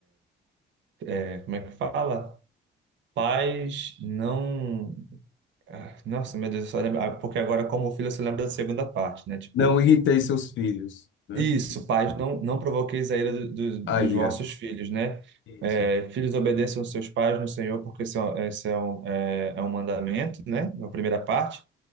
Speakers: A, on the right; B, on the left.
A: é, como é que fala? Pais não. ah, Nossa, meu Deus, eu só lembro. ah, Porque agora, como filho, você lembra da segunda parte, né? Tipo,
B: Não irritei seus filhos, né?
A: Isso, pais, não, não provoqueis a ira do- do- dos
B: A ira.
A: vossos filhos, né?
B: Isso.
A: É, filhos, obedeçam aos seus pais no Senhor, porque esse é, um, esse é um, é, é um mandamento, né? É A primeira parte.